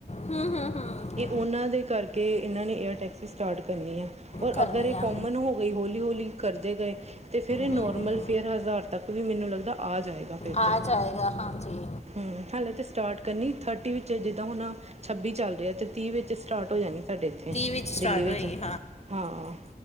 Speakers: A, on the left (about 45°); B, on the right (about 45°).
A: ਹੂੰ ਹੂੰ ਹੂੰ
B: ਏ ਓਨਾਂ ਦੇ ਕਰਕੇ ਏਨਾਂ ਨੇ ਏਅਰ ਟੈਕਸੀ ਸਟਾਰਟ ਕਰਨੀ ਆ ਔਰ
A: ਕਰਨੀ
B: ਅਗਰ ਏ ਕੋਮਨ
A: ਆ
B: ਹੋ ਗਈ ਹੌਲੀ ਹੌਲੀ ਕਰਦੇ ਗਏ ਤੇ ਫਿਰ ਏ ਨੋਰਮਲ
A: ਹੂੰ
B: ਫਿਰ ਹਜ਼ਾਰ ਤੱਕ ਵੀ ਮੈਨੂੰ ਲੱਗਦਾ ਆ ਜਾਏਗਾ ਫਿਰ
A: ਆ
B: ਤੇ
A: ਜਾਏਗਾ ਹਾਂਜੀ
B: ਹੂੰ ਹਾਲੇ ਤੇ ਸਟਾਰਟ ਕਰਨੀ ਥਰਟੀ ਵਿੱਚ ਜਿੱਦਾ ਹੁਣ ਛੱਬੀ ਚੱਲ ਰਿਆ ਤੇ ਤੀਹ ਵਿੱਚ ਸਟਾਰਟ ਹੋ ਜਾਣੀ। ਸਾਡੇ ਇੱਥੇ
A: ਵਿੱਚ ਸਟਾਰਟ
B: ਦਿੱਲੀ ਵਿੱਚ
A: ਹੋਏਗੀ
B: ਹਾਂ